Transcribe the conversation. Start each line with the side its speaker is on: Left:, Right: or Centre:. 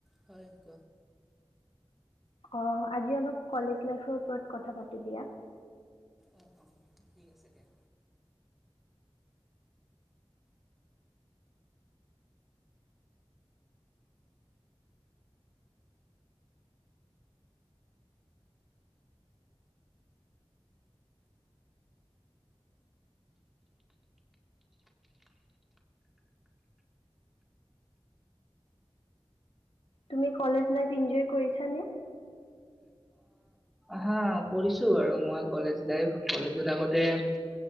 Centre: হয়ক
Left: অ আজি অলপ কলেজ লাইফৰ ওপৰত কথা পাতো দিয়া
Centre: অ অ ঠিক আছে দিয়া
Left: তুমি কলেজ লাই এনজয় কৰিছানে
Centre: হা কৰিছোঁ আৰু মই কলেজ লাইফ কলেজত আগতে